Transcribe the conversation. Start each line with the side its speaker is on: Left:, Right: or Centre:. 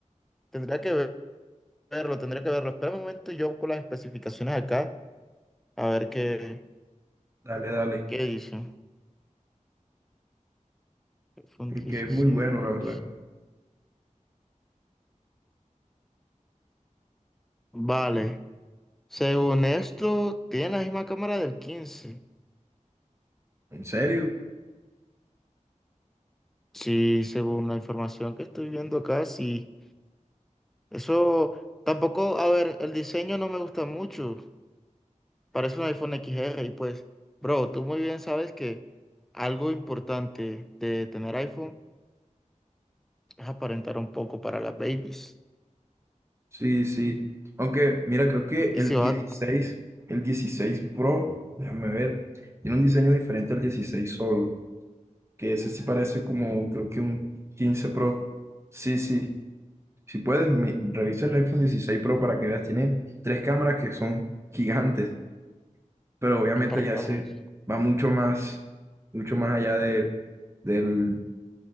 Centre: tendría que ver- verlo, tendría que verlo. Espera un momento, yo busco las especificaciones acá, a ver qué,
Right: Dale, dale,
Centre: qué dice. iPhone
Right: porque
Centre: 16.
Right: es muy bueno, la verdad.
Centre: Vale. Según esto, tiene la misma cámara del quince
Right: ¿En serio?
Centre: Sí, según la información que estoy viendo acá, sí. Eso tampoco, a ver, el diseño no me gusta mucho. Parece un iPhone XR y pues, bro, tú muy bien sabes que algo importante de tener iPhone es aparentar un poco para las babies.
Right: Sí, sí. Aunque, mira, creo que
Centre: Y
Right: el
Centre: si
Right: dieciséis
Centre: va,
Right: el dieciséis Pro, déjame ver, tiene un diseño diferente al dieciséis solo. que ese sí parece como, creo que un quince Pro. Sí, sí. Si puedes, me- revisa el iPhone dieciséis Pro para que veas. Tiene tres cámaras que son gigantes, pero obviamente
Centre: espera,
Right: ya
Centre: yo
Right: se
Centre: lo reviso.
Right: va mucho más, mucho más allá de, del,